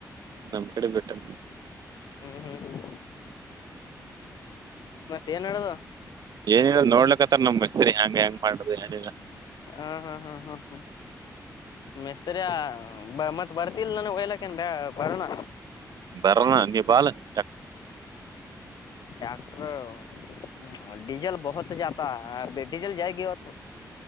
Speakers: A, on the right; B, on the left.
A: ನಮಕಡ ಪೆಟ್ಟು
B: ಹ್ಮ್ ಹ್ಮ್ ಹ್ಮ್ ಮತ್ತ ಏನ್ಡ್ದ
A: ಏನರ ನೋಡ್ಲಕ್ಕತ್ತಾರ ನಮ್ಕ್ತರಿ ಹೆ್ಯಾಂಗ ಹೆಂಗ ಮಾಡ್ರಿ ಏನಿಲ್ಲ
B: ಹಾ ಹಾ ಹಾ ಹಾ ಹಾ ಮಿಸ್ತ್ರಿಯ ಮತ್ತ್ ಬರ್ತಿಲ್ ನಾನ ಒಯ್ಲಕ್ಕೇನ್ ಬ ಬರೋಣ
A: ಬರೋಣ ನೀ ಬಾಲಕ್
B: ಡಾಕ್ಟರು ಹ್ಮ ಡಜಲ್ ಬಹತ <inaudible> ಜಾತ ಡಿಸಲ್ ಜಾಯಗ ಹೊತ್ತುು